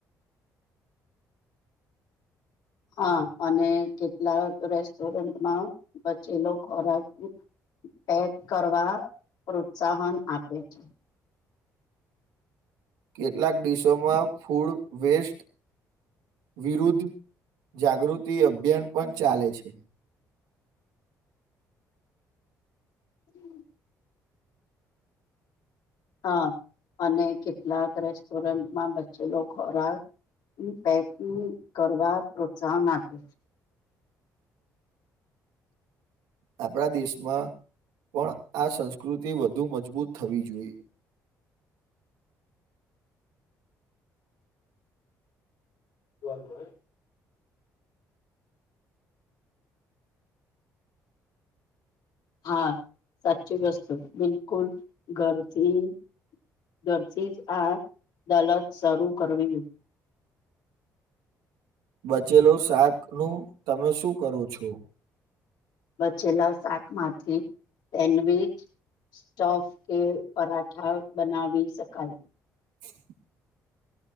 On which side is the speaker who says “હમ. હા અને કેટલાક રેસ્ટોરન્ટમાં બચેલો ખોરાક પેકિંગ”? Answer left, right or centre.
Left